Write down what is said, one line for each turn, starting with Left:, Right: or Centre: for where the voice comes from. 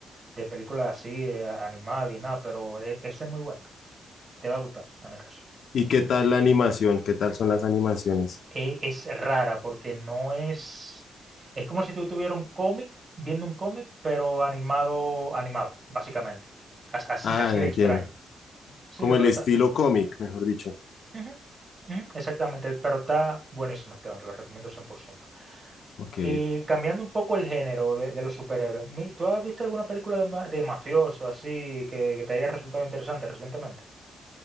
Right: de películas así, eh, animadas y nada, pero e- esa es muy buena. Te va a gustar, dame caso.
Left: ¿Y qué tal la animación? ¿Qué tal son las animaciones?
Right: e- es rara porque no es, es como si tú tuvieras un cómic, viendo un cómic, pero animado, animado, básicamente. As- Así,
Left: Ah,
Right: así
Left: ya
Right: de
Left: entiendo.
Right: extraño. Sí,
Left: Como
Right: de verdad.
Left: el estilo cómic, mejor dicho.
Right: Ujú, ujú, exactamente, pero está buenísima, Esteban, te lo recomiendo 100%.
Left: Ok.
Right: Y cambiando un poco el género de, de los superhéroes, mi- ¿tú has visto alguna película de, ma- de mafioso así que, que te haya resultado interesante recientemente?